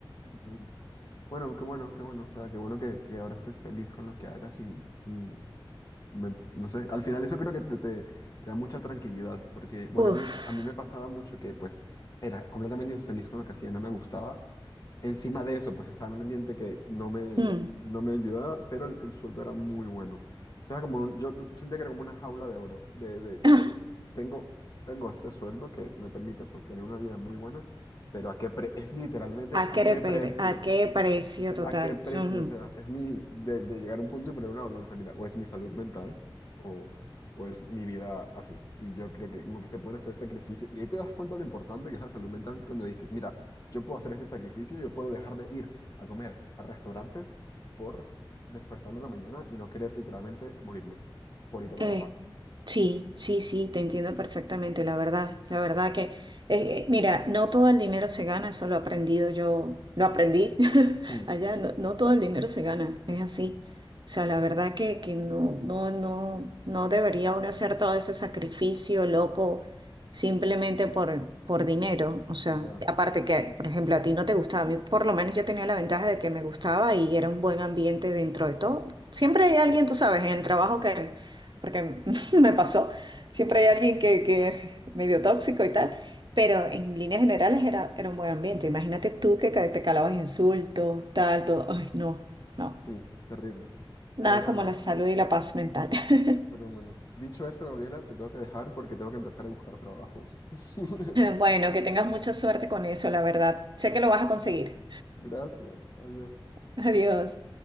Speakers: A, on the left; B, on the right.
A: no. Bueno, qué bueno, qué bueno. O sea, qué bueno que, que ahora estés feliz con lo que hagas y, y me- no sé, al final eso creo que te, te- te da mucha tranquilidad, porque, bueno,
B: Uf.
A: a mí, a mí me pasaba mucho que pues era completamente infeliz con lo que hacía, no me gustaba. Encima de eso, pues estaba en un ambiente que no me,
B: Mm.
A: no me ayudaba, pero el, el sueldo era muy bueno. O sea, como un- yo sentía que era como una jaula de oro, de, de, ten-
B: Ah,
A: tengo, tengo este sueldo que me permite pues tener una vida muy buena, pero ¿a qué pre- es literalmente
B: ¿A
A: a
B: qué,
A: qué
B: pre-
A: precio?
B: a qué precio total?
A: ¿A qué precio?
B: Ujú.
A: O sea, es mi, de, de llegar a un punto y poner una balanza, mira, o es mi salud mental o, o es mi vida así. Y yo creo que como que se pueden hacer sacrificios. Y ahí te das cuenta lo importante que es la salud mental cuando dices, mira, yo puedo hacer este sacrificio, yo puedo dejar de ir a comer a restaurantes por despertarme en la mañana y no querer literalmente morirme por ir a trabajar.
B: Eh, sí, sí, sí, te entiendo perfectamente, la verdad, la verdad que, eh, eh, mira, no todo el dinero se gana, eso lo he aprendido yo, lo aprendí <laughs>
A: Hmm.
B: allá, no, no todo el dinero se gana, es así. O sea, la verdad que, que no, no, no, no debería uno hacer todo ese sacrificio loco simplemente por, por dinero. O sea,
A: Ya,
B: aparte que, por ejemplo, a ti no te gustaba, a mí por lo menos yo tenía la ventaja de que me gustaba y era un buen ambiente dentro de todo. Siempre hay alguien, tú sabes, en el trabajo que porque <laughs> me pasó. Siempre hay alguien que, que es medio tóxico y tal, pero en líneas generales era, era un buen ambiente. Imagínate tú que ca- te calabas insultos, tal, todo. Ay, no, no.
A: sí, terrible.
B: Nada
A: Pero bueno,
B: como la salud y la paz mental. <laughs>
A: pero bueno. Dicho eso, Gabriela, te tengo que dejar porque tengo que empezar a buscar trabajos. <laughs>
B: Bueno, que tengas mucha suerte con eso, la verdad. Sé que lo vas a conseguir.
A: Gracias, adiós.
B: <laughs> Adiós.